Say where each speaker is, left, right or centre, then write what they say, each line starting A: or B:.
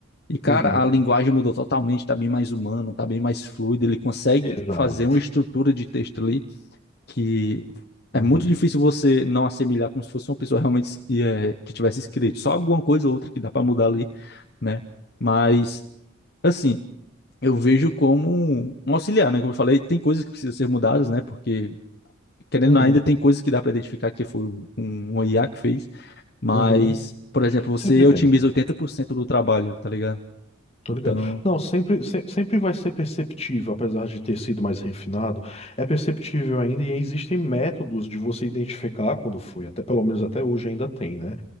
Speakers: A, on the left; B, on the left.
A: E, cara,
B: uhum,
A: a linguagem mudou totalmente, tá bem mais humana, tá bem mais fluida. Ele consegue
B: exato.
A: fazer uma estrutura de texto ali que é
B: Uhum,
A: muito difícil você não assemelhar como se fosse uma pessoa realmente es- é, que tivesse escrito. Só alguma coisa ou outra que dá para mudar ali, né? Mas, assim, eu vejo como um auxiliar, né? Como eu falei, tem coisas que precisam ser mudadas, né? Porque, querendo
B: uhum,
A: ou não, ainda tem coisas que dá para identificar que foi um, um IA que fez, mas,
B: uhum.
A: por exemplo, você
B: Sempre tem,
A: otimiza 80% do trabalho, tá ligado?
B: tô
A: Então,
B: ligado. Não, sempre, se- sempre vai ser perceptível, apesar de ter sido mais refinado, é perceptível ainda e existem métodos de você identificar quando foi, até pelo menos até hoje ainda tem, né?